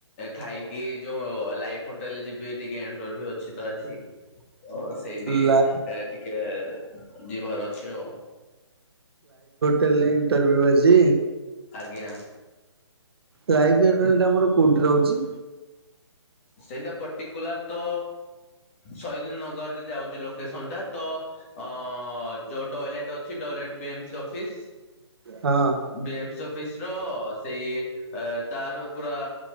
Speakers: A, on the left; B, on the right.
A: ଖାଇକି ଯୋଉ ଲାଇଫ୍ ହୋଟେଲ ଯିବି ଟିକେ ଇଣ୍ଟରଭ୍ୟୁ ଅଛି ତ ଆଜି। ଓ ସେଇଠି
B: ଲା
A: ଟିକେ ଯିବାର ଅଛି ଆଉ।
B: ତେଲେ ଇଣ୍ଟରଭ୍ୟୁ ଆଜି?
A: ଆଜ୍ଞା।
B: ଲାଇଫ <unintelligible> ଆମର କୋଉଠି ରହୁଛି?
A: ସେଇଟା ପର୍ଟିକୁଲାର ତ ଶହିଦ ନଗରରେ ଯାଉଛି ଲୋକେସନ ଟା ତ ଅ ଯୋଉ ଡଏଲେଟ୍ ଅଛି ଡଏଲେଟ ବି ଏମସି ଅଫିସ୍
B: ହଁ।
A: B M C of office ର ସେଇ ତାର ପୁରା